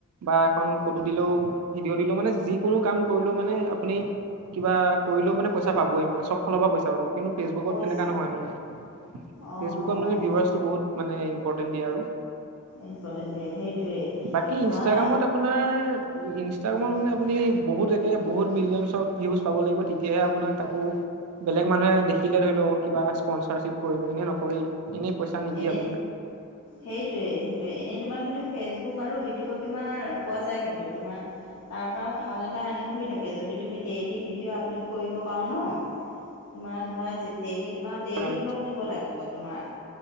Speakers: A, on the right; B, on the left.
A: বা এখন ফটো দিলেও ভিডিঅ' দিলেও মানে যিকোনো কাম কৰিলেও মানে আপুনি কিবা কৰিলেও মানে পইচা পাবই মানে চব ফালৰ পৰা পইচা পাব কিন্তু ফেচবুকত
B: পইচা
A: তেনেকুৱা নহয় মানে ফেচবুকত
B: অঁ
A: মানে ভিউৱাৰ্চটো বহুত মানে ইম্পৰ্টেণ্ট দিয়ে আৰু
B: ইম্পৰ্টেণ্ট দিয়ে সেইটোৱেই
A: বাকী
B: তোমাৰ
A: ইনষ্টাগ্ৰামত আপোনাৰ ইনষ্টাগ্ৰামত মানে আপুনি বহুত একে বহুত মিলিয়নছৰ ভিউজ পাব লাগিব তেতিয়াহে আপোনাক তাকো বেলেগ মানুহে দেখিলে ধৰি লও কিবা স্পনচাৰশ্বিপ কৰিব এনেই নকৰেই এনেই পইচা নিদিয়ে
B: এনে
A: আপোনাৰ।
B: সেইটোৱে সেইটোৱে এনে তোমাৰ, কিন্তু ফেচবুক আৰু ইউটিউবত তোমাৰ পোৱা যায়, কিন্তু তোমাৰ তাৰ পৰা ভাল এটা আৰ্নিং হৈ থাকে। যদি তুমি ডেইলি ভিডিঅ' আপলোড কৰিব পাৰোঁ ন তোমাৰ ধৰা যেত ডেইলি তোমাৰ ডেইলি
A: হয়
B: ব্লগ দিব লাগিব তোমাৰ।